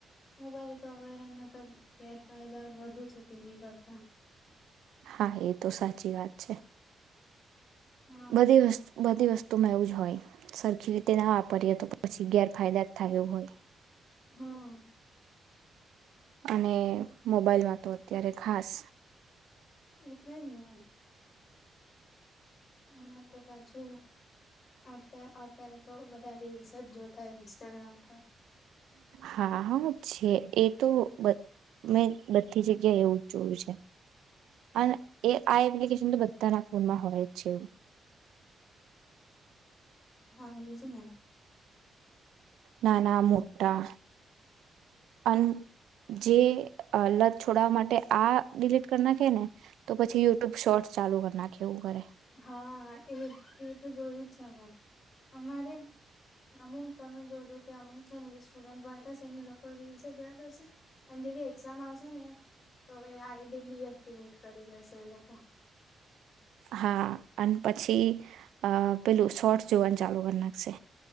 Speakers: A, on the left; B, on the right.
A: મોબાઈલ તો હવે એના તો ગેરફાયદા વધુ છે ટીવી કરતા.
B: હા એ તો સાચી વાત છે.
A: હા
B: બધી વસ્તુ. બધી વસ્તુમાં એું જ હોય સરખી રીતે ના. એ તો પછી ગેરફાયદા થું હોય.
A: હા
B: અને મોબાઈલમાં તો અત્યારે ખાસ.
A: એટલે જ ને એમ. હમાં તો પાછુ અત અત્યારે તો બધા રીલસ જ જોતા ઇસ્ટાગ્રામ પર.
B: હા છે એ તો. બ મેં બતી જ. એવું જ જોયું છે અને એ આ એપ્લિકેશન તો બધાના ફોનમાં હોય જ છે એવું.
A: હા એજ ને.
B: નાના મોટા અને જે લત છોડવા માટે આ ડિલીટ કરી નાખે ને તો પછી યુટ્યુબ શોર્ટ ચાલુ કરી નાખે એવું કરે.
A: હા હા એ એ તો જોયું જ છે મેમે અમારે અમુક તમે જોજો કે અમુક છે ને જે સ્ટુડન્ટય હતા એને કોજવા કરશે અને જેવી એક્ઝામ આવશે ને. તો એ આઈડી ડીએક્ટિવેટ કરી દેશે એ લોકો.
B: હા અને પછી અ પેલું શોર્ટ જોવાનું ચાલુ કરી નાખશે.